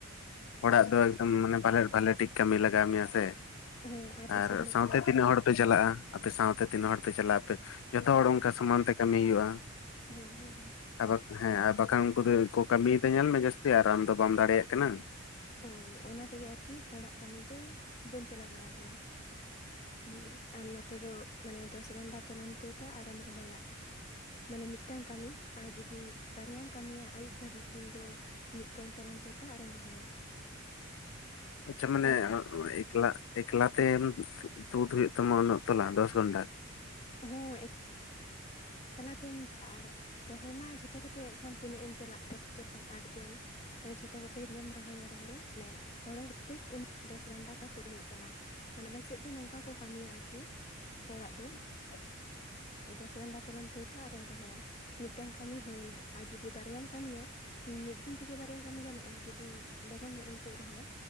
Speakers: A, on the left; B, on the left.
A: ᱦᱚᱲᱟᱜ ᱫᱚ ᱮᱠᱫᱚᱢ, ᱢᱟᱱᱮ ᱵᱟᱞᱮᱨ ᱵᱷᱟᱞᱮ ᱴᱷᱤᱠ ᱠᱟᱹᱢᱤ ᱞᱟᱜᱟᱣ ᱢᱮᱭᱟ ᱥᱮ᱾
B: ᱦᱚᱸ
A: ᱟᱨ,
B: ᱦᱤᱥᱟᱹᱵ ᱢᱚᱛᱚ
A: ᱥᱟᱶᱛᱮ ᱛᱤᱱᱟᱹᱜ ᱦᱚᱲ ᱯᱮ ᱪᱟᱞᱟᱜ-ᱟ, ᱟᱯᱮ ᱥᱟᱶ ᱛᱮ ᱛᱤᱱᱟᱹᱜ ᱦᱚᱲ ᱯᱮ ᱪᱟᱞᱟᱜ-ᱟ ᱟᱯᱮ᱾ ᱡᱷᱚᱛᱚ ᱦᱚᱲ ᱚᱱᱠᱟ ᱥᱚᱢᱟᱱ ᱛᱮ ᱠᱟᱹᱢᱤ ᱦᱩᱭᱩᱜ-ᱟ᱾
B: ᱦᱮᱸ ᱦᱮᱸ ᱦᱮᱸ
A: ᱟᱜᱚᱛ, ᱦᱮᱸ, ᱟᱨ ᱵᱟᱠᱷᱟᱱ ᱩᱱᱠᱩ ᱫᱚ ᱠᱟᱹᱢᱤᱭ ᱫᱟ ᱡᱟᱹᱥᱛᱤ, ᱟᱨ ᱟᱢ ᱫᱚ ᱵᱟᱢ ᱫᱟᱲᱮᱭᱟᱜ ᱠᱟᱱᱟ?
B: ᱳᱭ, ᱚᱱᱟ ᱛᱮᱜᱮ ᱟᱨᱠᱤ ᱦᱚᱲᱟᱜ ᱠᱟᱹᱢᱤ ᱫᱚ, ᱵᱟᱹᱧ ᱪᱟᱞᱟᱣ ᱵᱟᱲᱟ ᱠᱟᱱᱟ᱾ ᱦᱩᱸ ᱟᱨ ᱱᱚᱛᱮ ᱫᱚ, ᱢᱟᱱᱮ ᱫᱚᱥ ᱜᱟᱸᱰᱟ ᱛᱚᱞᱟᱢ ᱛᱩᱫ ᱫᱟ ᱟᱨᱮᱢ ᱨᱚᱦᱚᱭᱟ᱾ ᱢᱟᱱᱮ ᱢᱤᱫᱴᱟᱝ ᱠᱟᱹᱢᱤ, ᱟᱨ ᱡᱩᱫᱤ ᱵᱟᱨᱭᱟᱢ ᱠᱟᱹᱢᱤᱭᱟ ᱟᱹᱭᱩᱵ ᱫᱷᱟᱹᱵᱤᱡ ᱩᱱ ᱫᱚᱼᱼ ᱢᱤᱫ ᱯᱚᱱ ᱛᱚᱞᱟᱢ ᱛᱩᱛ-ᱟ, ᱟᱨᱮᱢ ᱨᱚᱦᱚᱭᱟ᱾
A: ᱟᱪᱪᱷᱟ ᱢᱟᱱᱮᱼᱼ
B: ᱟᱨ
A: ᱮᱠᱞᱟ, ᱮᱠᱞᱟ ᱛᱮᱢ, ᱛᱩᱫ ᱦᱩᱭᱩᱜ ᱛᱟᱢᱟ ᱩᱱᱟᱹᱜ ᱛᱚᱞᱟ, ᱫᱚᱥ ᱜᱚᱱᱰᱟ?
B: ᱦᱚᱸ <inaudible> ᱛᱟᱞᱟᱛᱮᱢ ᱟᱨ <unintelligible> ᱨᱚᱦᱚᱭ ᱢᱟ ᱡᱷᱚᱛᱚ ᱠᱚᱛᱮ ᱦᱟᱜ ᱠᱷᱟᱱ ᱛᱤᱱᱟᱹᱜ ᱮᱢ ᱪᱟᱞᱟᱜᱼᱟ ᱫᱚᱥ ᱡᱚᱱ, ᱟᱴ ᱡᱚᱱ, <inaudible> ᱡᱷᱚᱛᱚ ᱠᱚᱛᱮ ᱜᱮᱢ ᱨᱚᱦᱚᱭᱟ ᱨᱚᱦᱚᱭ ᱫᱚ, ᱢᱟᱱᱮ ᱦᱚᱲ ᱦᱚ <unintelligible> ᱫᱚᱥ ᱜᱚᱱᱰᱟ ᱫᱚ ᱛᱩᱫ ᱦᱩᱭᱩᱜ ᱛᱟᱢᱟ᱾ ᱢᱟᱱᱮ ᱟᱞᱮ ᱥᱮᱫ ᱫᱚ ᱱᱚᱝᱠᱟ ᱠᱚ ᱠᱟᱹᱢᱤᱭᱟ ᱟᱨᱠᱤ, ᱦᱚᱲᱟᱜ ᱫᱚ᱾
A: <inaudible>
B: ᱫᱚᱥ ᱜᱟᱱᱰᱟ ᱛᱚᱞᱟᱢ ᱛᱩᱫᱟ ᱟᱨᱮᱢ ᱨᱚᱦᱚᱭᱟ, ᱢᱤᱫᱴᱮᱱᱼᱼ ᱠᱟᱹᱢᱤ ᱦᱩᱭᱮᱱᱟ, ᱟᱨ ᱡᱩᱫᱤ ᱵᱟᱨᱭᱟᱢ ᱠᱟᱹᱢᱤᱭᱟ, ᱢᱤᱫ ᱫᱤᱱ ᱛᱮᱜᱮ ᱵᱟᱨᱭᱟ ᱠᱟᱹᱢᱤ ᱜᱟᱱᱚᱜᱼᱟ ᱡᱩᱫᱤᱼᱼ ᱞᱚᱜᱚᱱ ᱧᱚᱜ ᱮᱢ ᱛᱩᱫ ᱨᱚᱦᱚᱭᱟ,